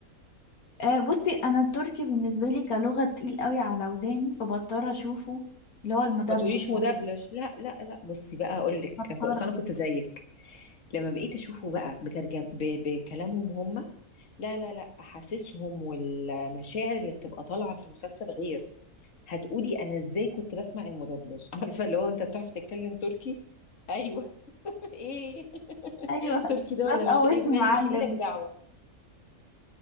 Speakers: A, on the left; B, on the left.
A: آه بصي أنا التركي بالنسبة لي كلغة تقيل قوي على وداني فبضطر أشوفه اللي هو المدبلج
B: ما تقوليش مدبلج
A: ده
B: لا لا لا بصي بقى أقول لك
A: بضطر
B: أنا كنت- أصل
A: <laughs>
B: أنا كنت زيك لما بقيت أشوفه بقى بترجم ب... بكلامهم هم لا لا لا احاسيسهم والمشاعر اللي بتبقى طالعه في المسلسل غير هتقولي انا ازاي كنت بسمع المدبلج <laughs> عارفه اللي هو انت بتعرف تتكلم تركي ايوه <laughs> ايه
A: أيوه
B: تركي ده
A: لا
B: ولا مش
A: تقوصني
B: إيه؟ ما-
A: معلم
B: مش إلك دعوه